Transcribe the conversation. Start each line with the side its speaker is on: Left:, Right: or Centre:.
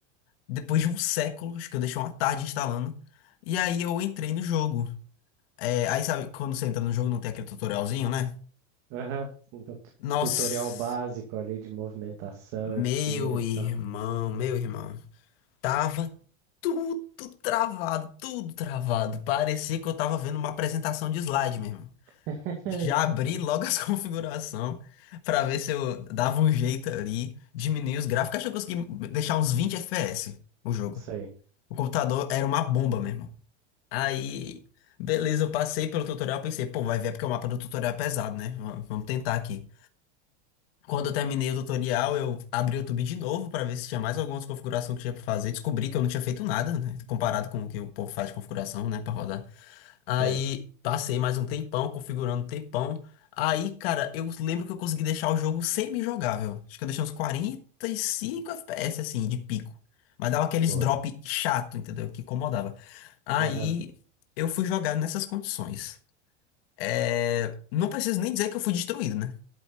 Left: depois de um século, acho que eu deixei uma tarde instalando. E aí eu entrei no jogo. É, aí sabe, quando você entra no jogo não tem aquele tutorialzinho, né?
Right: Aham. Tu-
Left: Nossa,
Right: Tutorial básico ali de movimentação
Left: meu
Right: e tiro e
Left: irmão,
Right: tal.
Left: meu irmão. Tava tudo travado, tudo travado. Parecia que eu tava vendo uma apresentação de slide mesmo.
Right: <laughs>
Left: Já abri logo as <laughs> configurações pra ver se eu dava um jeito ali, diminuir os gráficos. Acho que eu consegui deixar uns 20 FPS o jogo.
Right: Sei.
Left: O computador era uma bomba mesmo. Aí, beleza, eu passei pelo tutorial, pensei, pô, vai ver porque o mapa do tutorial é pesado, né? Va- Vamos tentar aqui. Quando eu terminei o tutorial, eu abri o YouTube de novo para ver se tinha mais algumas configurações que tinha para fazer. Descobri que eu não tinha feito nada, né? Comparado com o que o povo faz de configuração, né, para rodar.
Right: Sei.
Left: Aí passei mais um tempão configurando um tempão. Aí, cara, eu lembro que eu consegui deixar o jogo semi-jogável. Acho que eu deixei uns 45 FPS assim de pico. Mas dava aqueles
Right: Boa.
Left: drop chato, entendeu? Que incomodava. Aí
Right: Aham.
Left: eu fui jogar nessas condições. É, Não preciso nem dizer que eu fui destruído, né?